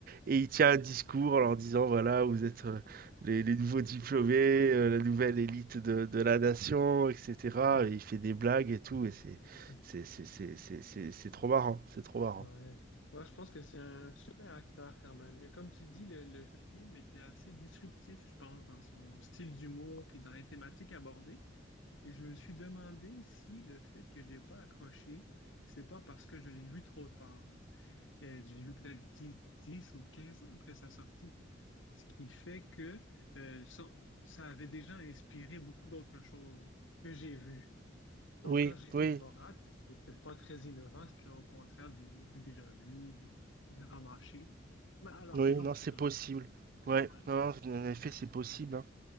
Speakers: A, on the right; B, on the left.
A: et il tient un discours en leur disant, voilà, vous êtes euh, les, les nouveaux diplômés, euh, la nouvelle élite de, de la nation, etc.
B: Mhm.
A: Et il fait des blagues et tout, et c'est,
B: Mhm.
A: c'est, c'est, c'est, c'est, c'est c'est trop marrant, c'est trop marrant.
B: Ouais. Ouais, je pense que c'est un super acteur quand même. Et comme tu dis, le, le film était assez disruptif, je pense, dans son style d'humour puis dans les thématiques abordées. Et je me suis demandé si le fait que j'ai pas accroché, c'est pas parce que je l'ai vu trop tard. Et je l'ai vu peut-être 10, 10 ou 15 ans après sa sortie. Ce qui fait que euh, ça, ça avait déjà inspiré beaucoup d'autres choses que j'ai vues. Donc,
A: Oui,
B: quand j'ai
A: oui,
B: vu Borat, c'était pas très innovant, c'était au contraire du, du déjà vu, du, du remâché. Mais alors
A: oui,
B: que non,
A: non,
B: finalement.
A: c'est possible. Ouais,
B: Ouais.
A: non, en effet, c'est possible, hein.